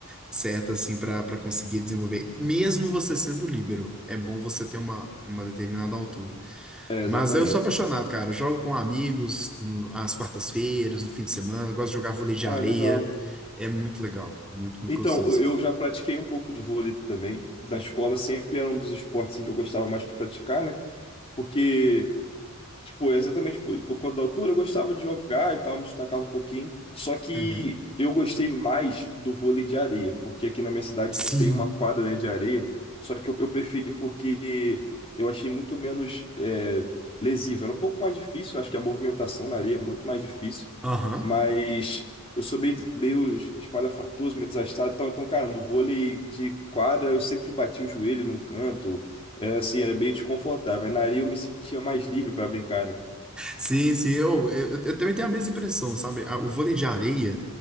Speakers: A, in the centre; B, on the left.
A: certa assim para conseguir desenvolver, mesmo você sendo líbero. É bom você ter uma, uma determinada altura.
B: é, exatamente.
A: Mas eu sou apaixonado, cara. Eu jogo com amigos no- às quartas-feiras, no fim de semana, eu gosto de jogar vôlei de
B: Ah,
A: areia.
B: legal.
A: É muito legal, muito, muito
B: Então,
A: gostoso.
B: eu eu já pratiquei um pouco de vôlei também. Na escola sempre era um dos esportes assim, que eu gostava mais de praticar, né? Porque Tipo, exatamente, tipo, por conta da altura, eu gostava de jogar e tal, me destacava um pouquinho. Só que
A: Uhum.
B: eu gostei mais do vôlei de areia, porque aqui na minha cidade
A: Sim.
B: tem uma quadra, né, de areia. Só que eu, eu preferi porque eu achei muito menos é, lesivo. Era um pouco mais difícil, acho que a movimentação na areia é muito mais difícil.
A: Aham.
B: Mas eu sou meio, meio espalhafatoso, meio desastrado. Então, então, cara, no vôlei de quadra eu sempre bati o joelho num canto, é, assim, era bem desconfortável. Aí na areia eu me sentia mais livre para brincar, né?
A: Sim, sim, eu, eu, eu também tenho a mesma impressão, sabe? A- O vôlei de areia,